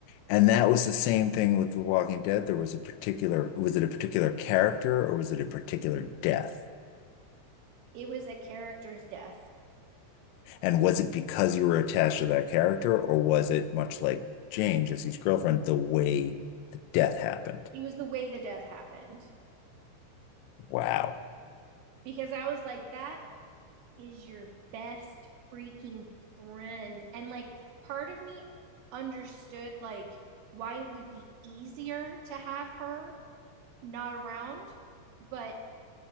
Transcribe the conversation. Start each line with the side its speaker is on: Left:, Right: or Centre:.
Left: And that was the same thing with The Walking Dead. There was a particular, was it a particular character or was it a particular death?
Right: It was a character's death.
Left: And was it because you were attached to that character or was it much like Jane, Jesse's girlfriend, the way the death happened?
Right: It was the way the death happened
Left: Wow.
Right: because I was like, that is your best freaking friend. And like, part of me understood, like, why it would be easier to have her not around, but